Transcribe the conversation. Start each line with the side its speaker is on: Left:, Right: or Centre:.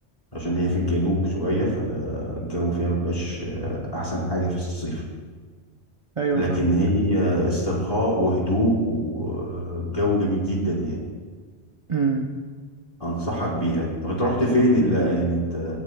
Left: عشان هي في الجنوب شويه فالجو فيها ما بيبقاش احسن حاجه في الصيف
Right: أيوه
Left: لكن
Right: فاهم
Left: هي استرخاء وهدوء وجو جميل جدا يعني
Right: <clears throat> أمم.
Left: انصحك بيها طب انت رحت فين اللي يعني انت